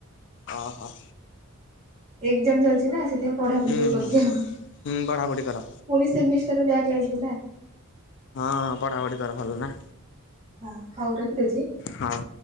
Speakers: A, on the left (about 55°); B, on the right (about 30°).
A: ଅ ହ।
B: ଏକ୍ସାମ ଚାଲିଛି ନା ସେଥିପାଇଁ ପଢାପଢି
A: ହୁଁ
B: ଟିକେ କରୁଛି
A: ହୁଁ
B: ଆଉ।
A: ହୁଁ ବଢ଼ାବଢ଼ି କର।
B: ପୁଣି ସେମିଷ୍ଟର ବ୍ୟାକ ଲାଗି ଗଲା?
A: ହଁ ପଢ଼ାପଢ଼ି କର ଭଲ ନା।
B: ହଁ ହଉ ରଖିଦେଉଛି?
A: ହଁ।